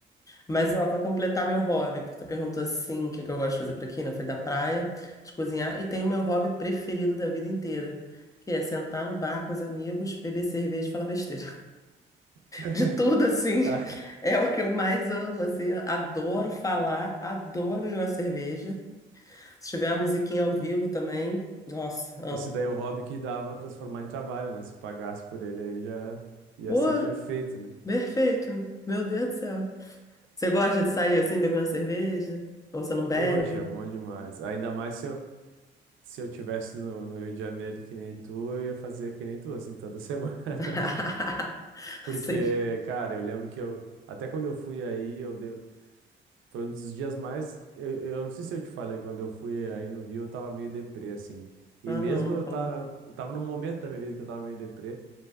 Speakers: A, on the left; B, on the right.
A: Mas, ó, pra completar meu hobby, porque tu perguntou assim, o que que eu gosto de fazer por aqui, né? Foi da praia, de cozinhar, e tem o meu hobby preferido da vida inteira, que é sentar no bar com os amigos, beber cerveja e falar besteira.
B: <laughs>
A: De tudo, assim,
B: Ah,
A: é o que eu mais amo, assim, adoro falar, adoro beber uma cerveja. Se tiver uma musiquinha ao vivo também, nossa, amo.
B: Esse daí é o hobby que dava pra transformar em trabalho, né? Se pagasse por ele aí já ia
A: Pô,
B: ser perfeito, né?
A: perfeito, meu Deus do céu. Você gosta de sair assim, beber uma cerveja? Ou você não bebe?
B: Poxa, é bom demais. Ainda mais se eu, Se eu tivesse no, no Rio de Janeiro que nem tu, eu ia fazer que nem tu, assim, toda semana. <laughs>
A: <laughs>
B: Porque,
A: Sim.
B: cara, eu lembro que eu, até quando eu fui aí, eu deu, foi um dos dias mais, eu, eu não sei se eu te falei, quando eu fui aí no Rio, eu tava meio deprê, assim. E
A: Ah,
B: mesmo
A: não, não
B: eu
A: falou.
B: tava, tava num momento da minha vida que eu tava meio deprê,